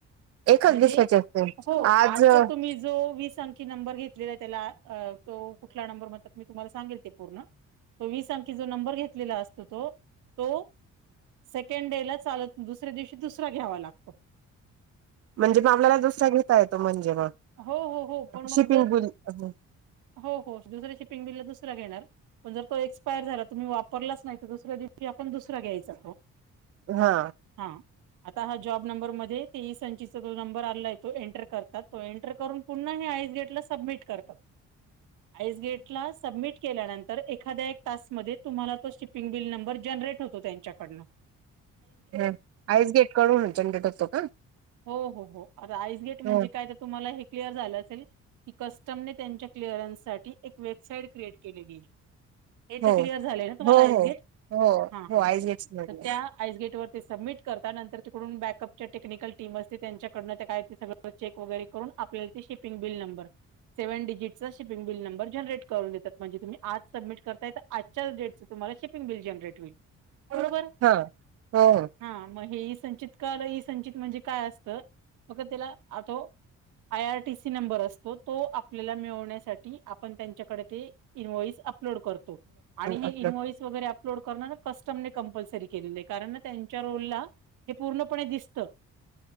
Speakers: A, on the right; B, on the right.
A: एकच
B: म्हणजे
A: दिवसाची असते
B: हो
A: आज
B: आजचा
A: अ
B: तुम्ही जो वीस की नंबर घेतलेला त्याला तो कुठला नंबर म्हणतात मी तुम्हाला सांगेल ते पूर्ण. तो वीस अंकी जो नंबर घेतलेला असतो तो तो सेकंड डे ला चालत दुसऱ्या दिवशी दुसरा घ्यावा लागतो.
A: म्हणजे मग आपल्याला दुसरा घेता येतो म्हणजे.
B: हो हो हो पण मग
A: शिपिंग
B: जर
A: बिल <unintelligible>
B: हो दुसऱ्या शिपिंग बिल ला दुसरा घेणार. पण तो जर एक्सपायर झाला तुम्ही वापरला च नाही दुसऱ्या दिवशी आपण दुसरा घ्यायचा.
A: हा.
B: हा आता हा जॉब नंबर मध्ये ते ई संचितचा जो नंबर आला आहे, तो एंटर करतात तो एंटर करून. पुन्हा हे आइसगेट सबमिट कर पण आय एस बी एट ला सबमिट केल्यानंतर ए एखाद्या एक तासमध्ये तुम्हाला तो शिपिंग बिल नंबर जनरेट होतो त्यांच्याकडन.
A: ह आइसगेट कडून जनरेट होतो का?
B: हो हो हो आता आईस गेट म्हणजे
A: हो
B: काय तुम्हाला हे क्लअर झाल असेल की कस्टमने त्यांच्या क्लिअरनसाठी वेबसाईट क्रिएट केलेली आहे हे
A: हो
B: तर क्लिअर झाले ना तुम्हाला
A: हो
B: आईसगेट
A: हो हो
B: ह
A: हो
B: हा
A: आईस गेट्स मधन
B: तर, त्या आईसगेट वर ते सबमिट करता नंतर, तिकडून बॅकअप टेक्निकल टीम असते, त्यांच्याकडनं ते काय ते सगंळ चेक वगैरे. आपल्या shipping bill number. Seven digit shipping bill number generate करून देतात, म्हणजे तुम्ही आज सबमिट. करताय आजच्या डेटचं तुमला शिपिंग बिल जनरेट होईल.
A: हा
B: बरोबर.
A: हो हो
B: हा मग हे. संचित का आल ई संचित म्हणजे, काय असतं बघ त्याला तो आय आरटीसी नंबर असतो, तो आपल्याला मिळवण्यासाठी आपण त्यांच्याकडे. ते इन्व्हाईज अपलोड करतो आणि हे
A: आपलं
B: इन्व्हाईज वगैरे अपलोड करणार ना कस्टम न कपल्सरी केलेल कारण त्यांच्या रोल ला हे पूर्ण पणे दिसत.